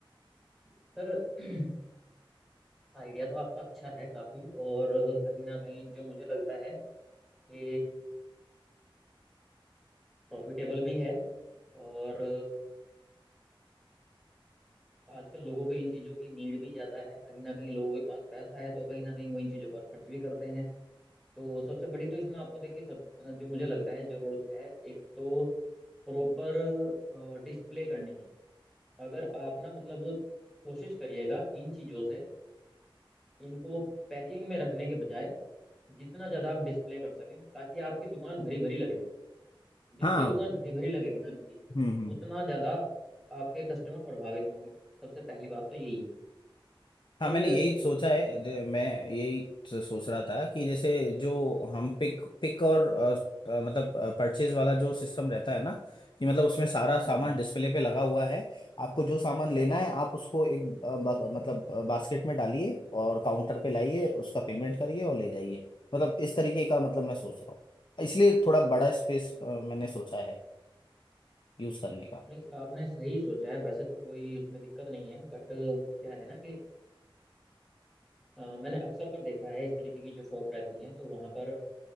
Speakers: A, in the centre; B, on the left (about 60°).
A: सर <clears throat> आइडिया तो आपका अच्छा है काफी और कहीं ना कहीं जो मुझे लगता है कि प्रॉफिटेबल भी है और आजकल लोगों को इन चीज़ों की नीड भी ज़्यादा है कहीं ना कहीं लोगों के पास पैसा है तो कहीं ना कहीं वो इन चीज़ों पर खर्च भी करते हैं तो सबसे बड़ी तो इसमें आपको देखिए सब जो मुझे लगता है जरूरत है एक तो प्रॉपर डिस्प्ले करने की अगर आप ना मतलब कोशिश करिएगा इन चीज़ों से इनको पैकिंग में रखने के बजाय जितना ज़्यादा आप डिस्प्ले कर सकें ताकि आपकी दुकान भरी भरी लगे जितनी
B: हाँ
A: दुकान भरी भरी लगेगी ना आपकी
B: हम्म हम्म
A: उतना ज़्यादा आपके कस्टमर प्रभावित होंगे सबसे पहली बात तो यही है फिर
B: हाँ मैंने यही सोचा है जे- मैं यही सोच रहा था कि जैसे जो हम पिक पिक और अ, अ, मतलब परचेज वाला जो सिस्टम रहता है ना कि मतलब उसमें सारा
A: हम्म
B: सामान डिस्प्ले पे लगा हुआ है आपको जो सामान लेना है आप उसको एक अ, ब- मतलब बास्केट में डालिए और काउंटर पे लाइए उसका पेमेंट करिए और ले जाइए मतलब इस तरीके का मतलब मैं सोच रहा हूँ इसलिए थोड़ा बड़ा स्पेस मैंने सोचा है यूज करने का
A: नहीं आपने सही सोचा है वैसे तो कोई उसमें दिक्कत नहीं है बट क्या है ना कि अ, मैंने अक्सर कर देखा है इस तरीके की जो शॉप रहती हैं तो वहाँ पर